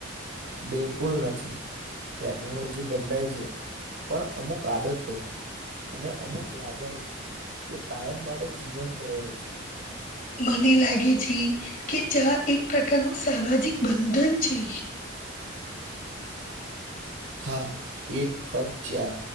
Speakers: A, on the right (about 60°); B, on the left (about 40°).
A: બિલકુલ નથી. ટેકનોલોજી બદલાય છે પણ અમુક આદતો. અને અમુક લાગણી એ કાયમ માટે જીવંત રહે છે.
B: મને લાગે છે કે ચા એક પ્રકારનું સામાજિક બંધન છે.
A: હા એક કપ ચા